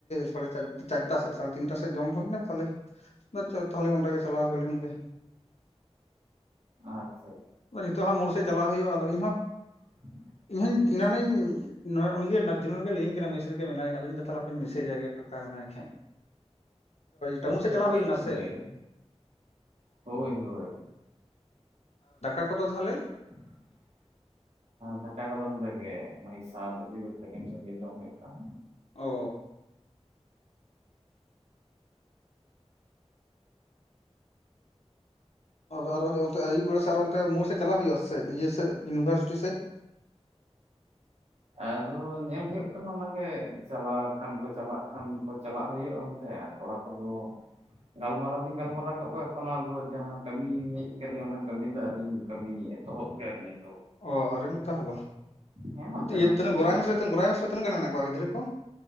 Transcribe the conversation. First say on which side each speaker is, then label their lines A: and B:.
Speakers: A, on the left; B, on the right.
A: ᱥᱟᱲᱮ ᱥᱟᱲᱮ ᱛᱤᱱᱴᱟ ᱥᱮᱡ ᱡᱚᱢ ᱦᱩᱭᱱᱟ ᱛᱟᱞᱮ ᱟᱪᱪᱷᱟ ᱛᱟᱦᱚᱞᱮ ᱚᱸᱰᱮ ᱜᱮ ᱪᱟᱞᱟᱣ ᱦᱩᱭ ᱞᱮᱱ ᱜᱮ
B: ᱟᱪᱪᱷᱟ
A: ᱱᱤᱛᱚᱜ ᱦᱟᱸ ᱢᱳᱲ ᱥᱮᱫ ᱪᱟᱞᱟᱜ ᱦᱩᱭᱩᱼᱟ ᱟᱫᱚ ᱤᱧᱦᱚᱸ
B: <unintelligible>
A: ᱤᱧ ᱦᱚᱸᱧ ᱮᱱᱟᱱ ᱱᱤᱧ ᱱᱚᱜ ᱩᱱᱤ ᱜᱮ ᱞᱟᱹᱭᱟᱹᱧ ᱠᱟᱱᱟ ᱢᱮᱥ ᱨᱮᱜᱮ ᱢᱮᱱᱟᱭᱟ ᱟᱫᱚᱧ ᱛᱟᱦᱚᱞᱮᱧ ᱢᱮᱥᱮᱡᱟ ᱜᱮ ᱯᱷᱟᱸᱠᱟ ᱢᱮᱱᱟᱭ ᱠᱷᱟᱡ ᱴᱟᱣᱩᱱ ᱥᱮᱫ
B: ᱡᱟᱹᱯᱤᱫ
A: ᱪᱟᱞᱟᱣ ᱦᱩᱭ ᱞᱮᱱᱟ
B: ᱞᱮᱫᱟᱹᱧ
A: ᱥᱮ
B: ᱦᱳᱭ ᱦᱳᱭ
A: ᱟᱠᱚ ᱫᱚ ᱛᱟᱦᱟᱞᱮ
B: <inaudible> ᱫᱟᱠᱟ ᱠᱚᱫᱚ ᱱᱚᱰᱮ ᱜᱮ ᱱᱩᱭ ᱥᱟᱶ ᱛᱤ ᱜᱮ ᱡᱚᱢ ᱦᱩᱭᱩᱜ ᱠᱟᱱ
A: ᱚ ᱟᱨ ᱚᱱᱛᱮ ᱟᱹᱭᱩᱵ ᱵᱮᱲᱟ ᱥᱮᱫ ᱟᱨ ᱚᱱᱛᱮ ᱢᱳᱲ ᱥᱮᱫ ᱪᱟᱞᱟᱜ ᱦᱩᱭᱩᱜᱼᱟ ᱥᱮ ᱤᱭᱟᱹ ᱥᱮᱫ ᱤᱭᱩᱱᱤᱵᱷᱟᱨᱥᱤᱴᱤ ᱥᱮᱫ
B: ᱟᱫᱚ ᱧᱮᱞ ᱦᱩᱭᱩᱜ ᱠᱟᱱᱟ ᱚᱱᱟ ᱜᱮ ᱪᱟᱞᱟᱣ ᱠᱷᱟᱱ ᱠᱚ ᱪᱟᱞᱟᱜ ᱠᱷᱟᱱ ᱠᱚ ᱪᱟᱞᱟᱜ ᱦᱩᱭᱩᱜᱼᱟ ᱥᱮ ᱠᱚᱲᱟ ᱠᱚᱫᱚ ᱜᱟᱞᱢᱟᱨᱟᱣ ᱫᱚᱧ ᱜᱟᱞᱢᱟᱨᱟᱣ ᱠᱚᱜ ᱠᱚᱣᱟ ᱮᱠᱷᱚᱱᱫᱚ ᱡᱟᱦᱟᱸ ᱠᱟᱹᱢᱤ ᱦᱮᱡ ᱟᱠᱟᱱᱟᱹᱧ ᱚᱱᱟ ᱠᱟᱹᱢᱤ ᱫᱚ ᱟᱣᱨᱤᱧ ᱠᱟᱹᱢᱤᱭᱮ ᱼᱟ ᱛᱚᱦᱚᱵ ᱜᱮᱨ ᱤᱧᱟ
A: ᱚ ᱟᱹᱣᱨᱤᱢ ᱮᱛᱚᱦᱚᱵᱟ
B: ᱦᱮᱸ ᱦᱟᱱᱛᱮ
A: ᱤᱭᱟᱹ
B: ᱱᱟᱛᱮ
A: ᱛᱤᱱᱟᱹᱜ
B: ᱛᱮᱜᱮ
A: ᱜᱚᱨᱟᱭ ᱢᱮᱥ ᱨᱮ ᱜᱚᱨᱟᱭ ᱢᱮᱥ ᱨᱮ ᱛᱤᱱᱟᱹᱜ ᱜᱟᱱ ᱢᱮᱱᱟᱜ ᱠᱚᱣᱟ ᱜᱤᱫᱽᱨᱟᱹ ᱠᱚ